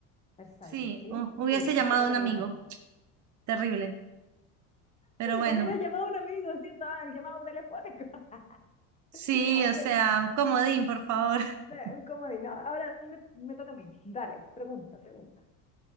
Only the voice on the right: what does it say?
Sí,
hu- hubiese
llamado
a
un
amigo,
terrible. Pero bueno,
sí,
o sea, un comodín, por favor. <laughs>